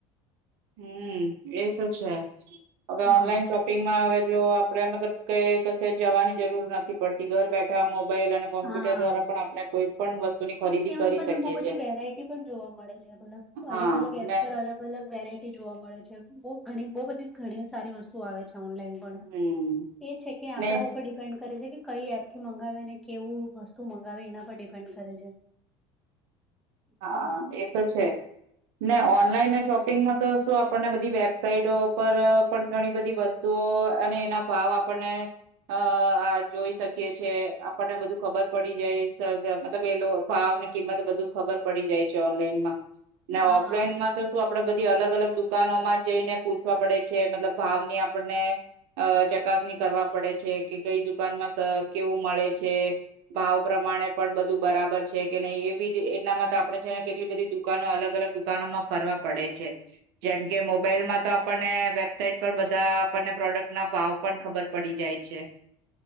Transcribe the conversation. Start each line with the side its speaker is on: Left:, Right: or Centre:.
Right: હમ એ તો છે હવે
Centre: હા
Right: ઓનલાઈન શોપ પિંગમાં હવે જો આપણે મતલબ કઈ કશે જવાની જરૂર નથી પડતી ઘર બેઠા મોબાઈલ અને કોમ્પ્યુટર
Centre: હા
Right: દ્વારા પણ આપણે કોઈ પણ વસ્તુની ખરીદી
Centre: અને એમાં
Right: કરી
Centre: આપણને
Right: શકીએ
Centre: બહુ બધી
Right: છીએ.
Centre: વેરાયટી પણ જોવા મળે છે મતલબ
Right: હા
Centre: અલગ અલગ એપ
Right: ને
Centre: પર અલગ અલગ વેરાયટી જોવા મળે છે બહુ ઘણી બહુ બધી ઘણી સારી વસ્તુ આવે છે ઓનલાઈન. પણ
Right: હમ્મ
Centre: એ છે કે
Right: ને
Centre: આપડા ઉપર ડિપેન્ડ કરે છે કે કઈ એપ થી મંગાવે ને કેવું વસ્તુ મંગાવે એના પર ડિપેન્ડ કરે છે.
Right: હા
Centre: હમ
Right: એ તો છે ને ઓનલાઈન ને શોપ પિંગમાં તો શું આપણને બધી વેબસાઇટો પર પણ ઘણી બધી વસ્તુઓ અને એના ભાવ આપ પણે. અ આ જોઈ શકીએ છે આપણને બધું ખબર પડી જાય મતલબ એ ભાવને કિંમત બધું ખબર પડી જાય છે ઓનલાઈનમાં ને
Centre: હા
Right: ઓફલાઈન માં તો શું. આપડે બધી અલગ અલગ દુકાનો માં જઈને પૂછવા પડે છે મતલબ ભાવની આપણને અહ ચકાસણી કરવા પડે છે કે કઈ દુકાનમાં સ કેવું મળે છે. ભાવ પ્રમાણે પણ બધું બરાબર છે કે નહી એવી એ એટલામાં તો આપણે છે ને કેટલી બધી દુકાનો અલગ અલગ દુકાનો માં ફરવા પડે છે. જેમ કે મોબાઈલમાં તો આપણને વેબસાાઈટ પર બધા આપણને પ્રોડક્ટ ના ભાવ પણ ખબર પડી જાય છે.